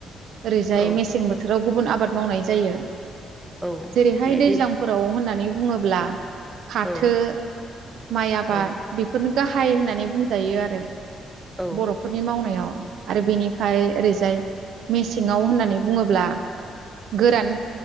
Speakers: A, on the right; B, in the centre.
A: ओरैजाय
B: औ
A: मेसें बोथोराव गुबुन आबाद मावनाय जायो।
B: औ
A: जेरैहाय
B: दे
A: दैज्लांफोराव
B: दे
A: होननानै बुङोब्ला फाथो
B: औ
A: माइ आबाद
B: औ
A: बेफोरनो गाहाय होननानै बुंजायो आरो।
B: औ
A: बर'फोरनि मावनायाव आरो बेनिफ्राय ओरैजाय मेसेङाव होननानै बुङोब्ला गोरान